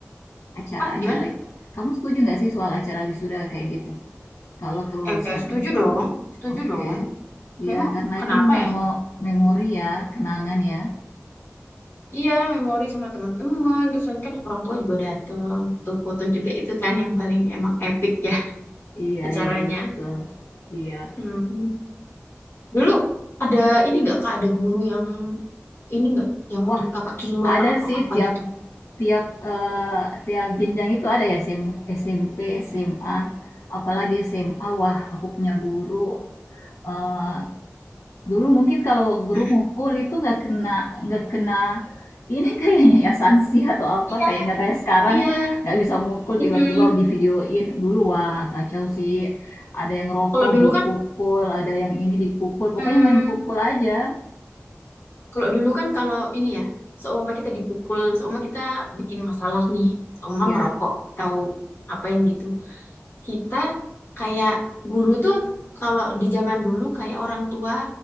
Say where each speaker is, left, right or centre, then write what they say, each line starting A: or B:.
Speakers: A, on the left (about 75°); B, on the left (about 60°).
A: Acara-acara.
B: apa gimana?
A: Kamu setuju nggak sih soal acara wisuda kayak gitu? Kalau kelulusan.
B: Eh, setuju dong, setuju
A: Oke.
B: dong.
A: Iya,
B: Memang
A: karena
B: kenapa
A: itu memo
B: ya?
A: memori ya, kenangan ya.
B: Iya, memori sama teman-teman. Terus nanti kan orang tua juga datang, foto-foto juga itu kan yang paling emang epic ya
A: Iya,
B: acaranya.
A: iya, betul. Iya.
B: Hmm. Dulu ada ini nggak kak ada guru yang ini nggak yang menurut
A: Wah,
B: kakak killer
A: ada
B: atau
A: sih
B: apa
A: tiap
B: gitu?
A: tiap eh, tiap jenjang itu ada ya SM, SMP, SMA, apalagi SMA. Wah, aku punya guru eh, Dulu mungkin kalau guru
B: Mm.
A: mukul itu nggak kena nggak kena ini <laughs> kayaknya ya sanksi atau apa,
B: Iya,
A: kayak nggak kayak sekarang,
B: iya.
A: nggak bisa mukul
B: Mm-mm.
A: tiba-tiba divideoin. Dulu wah kacau sih, ada yang rokok
B: Kalau dulu
A: dipukul,
B: kan,
A: ada yang ini dipukul, pokoknya
B: mm,
A: main pukul aja.
B: kalau dulu kan kalau ini ya, seumpama kita dipukul, seumpama kita bikin masalah nih, seumpama
A: Ya,
B: ngerokok, tahu ngapain gitu. Kita kayak guru tuh kalau di zaman dulu kayak orang tua